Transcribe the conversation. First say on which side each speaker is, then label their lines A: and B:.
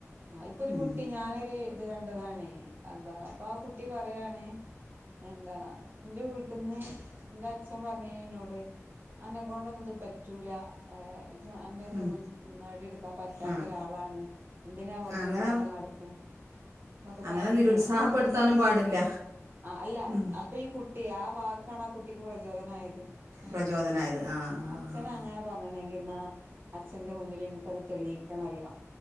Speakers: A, on the right; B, on the right.
A: ആ ഇപ്പൊ ഒരു
B: ഉം
A: കുട്ടി ഞാനൊരു ഇത് കണ്ടതാണേ അന്താ അപ്പാ കുട്ടി പറയാണ് എന്താ എന്റെ വീട്ട്ന്ന് എന്റച്ഛൻ പറഞ്ഞീനിന്നോട് അന്ന കൊണ്ടൊന്നു ഇത് പറ്റൂല്ലാ എഹ് എജ്ജാ അന്ന ഇതൊന്നും
B: ഉം
A: നാടിയെടുക്കാൻ പറ്റാത്തൊരാളാണ്
B: ആഹ്
A: എന്തിനാ വറുതെ
B: അങ്ങനെ
A: ഇതിനക്കെ നടക്കണ് ന്നക്ക
B: അങ്ങനെ
A: പറഞ്ഞീനി
B: നിരുത്സാഹപ്പെടുത്താനും പാടില്ല
A: ആ ആ അല്ല
B: ഉം
A: അപ്പ ഈ കുട്ടി ആ വാക്കാണ് ആ കുട്ടിക്ക് പ്രചോദനായത്
B: പ്രചോദനായത്
A: ആഹ് ആ
B: ആഹ്
A: അച്ഛനങ്ങന പറ പിയുന്ന അച്ഛൻ ന്റ മുന്നില് എന്ക്കത് തെളിയ്ക്കണല്ല